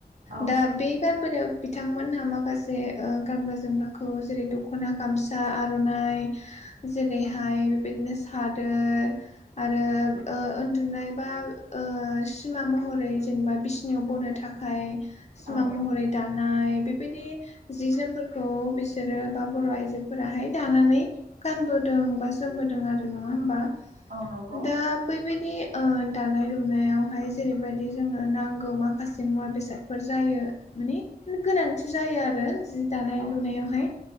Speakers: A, on the right; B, on the left.
A: औ
B: दा बे गानबोनायाव बिथांमोनहा माखासे गानग्रा जोमग्राखौ जेरै दख'ना गामसा आर'नाइ जेरैहाय बेबायदिनो सादोर आरो उन्दुनाय बा सिमा महरै जेनेबा बिसिनाययाव बनो थाखाय थाखाय सिमा
A: औ
B: महरै दानाय बेबायदि जि जोमफोरखौ बिसोरो बा बर' आइजोफोराहाय दानानै गानबोदों बा जोमबोदों आरो नङा होमबा
A: औ नंगौ
B: दा बैबायदि दानाय लुनायावहाय जेरैबायदि जोंनो नांगौ माखासे मुवा बेसाद बेफोर जायो मान गोनांथि जायो आरो। जि दानाय
A: औ
B: लुनायावहाय